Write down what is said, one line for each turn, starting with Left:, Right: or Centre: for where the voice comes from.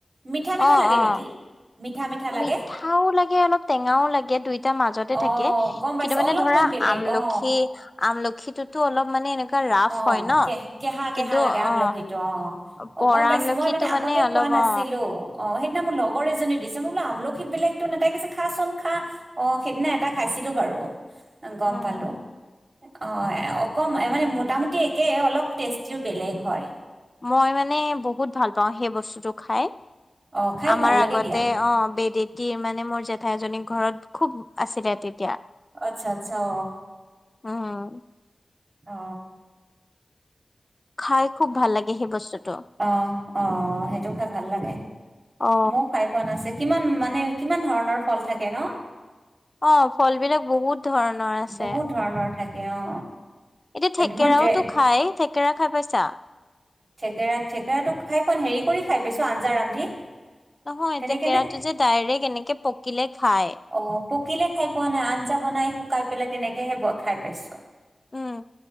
Right: মিঠা-মিঠা
Left: অ',
Right: লাগে
Left: অ'।
Right: নেকি? মিঠা মিঠা লাগে
Left: মিঠাও লাগে অলপ টেঙাও লাগে দুইটা মাজতে
Right: অ
Left: থাকে
Right: গম পাইছো
Left: কিন্তু মানে
Right: অলপমান
Left: ধৰা
Right: বেলেগ
Left: আমলখি
Right: অ
Left: আমলখিটোতো অলপ মানে এনেকুৱা ৰাফ
Right: অ
Left: হয় ন
Right: কেহ কেহা
Left: কিন্তু
Right: কেহা লাগে আমলখি
Left: অ
Right: টো অ
Left: পৰা
Right: অ গম পাইছো
Left: আমলখিটো
Right: মই মানে আগতে
Left: অলপ
Right: খোৱা নাই। নাছিলো।
Left: অ
Right: অ সেইদিনা মোৰ লগৰ এজনে দিছে মই বোলো আমলখি বেলেগতো লাগিছে তাকে খা চুন খা অ সেই দিনা এটা খাইছো। দেখিলো বাৰো গম
Left: উম
Right: পালোঁ অ অ অকমা মানে, মোটামুটি একেই অলপ টেষ্টিও বেলেগ হয়।
Left: মই মানে বহুত ভাল পাওঁ সেই বস্তুটো খাই
Right: অ খাই
Left: আমাৰ
Right: ভাল লাগে
Left: আগতে
Right: দিয়া
Left: অ <unintelligible> কি মানে মোৰ জেঠাই এজনী ঘৰত খুব আছিলে তেতিয়া।
Right: আচ্ছা আচ্ছা অ,
Left: অ অ,
Right: অ
Left: খাই খুব ভাল লাগে সেই বস্তুটো
Right: আহ আহ সেইটো খাই ভাল লাগে।
Left: অ
Right: ময়ো খাই পোৱা নাছে কিমান মানে কিমান ধৰণৰ ফল থাকে ন।
Left: অ ফল বিলাক বহুত ধৰণৰ আছে।
Right: বহুত ধৰণৰ থাকে অ,
Left: এতিয়া থেকেৰাওতো
Right: মই ড্ৰে
Left: খাই থেকেৰা খাই পাইছা।
Right: থেকেৰা থেকেৰাটো খাই পোৱা ন হেৰি কৰি খাই পাইছো আঞ্জা ৰান্ধি।
Left: নহয়
Right: তেনেকে
Left: থেকেৰাটো
Right: নে
Left: যে ডাইৰেক্ট এনেকে পকিলে খায়।
Right: অ পকিলে খাই পোৱা নাই আঞ্জা বনাই শুকাই পেলাই তেনেকেহে খাই পাইছো।
Left: উম,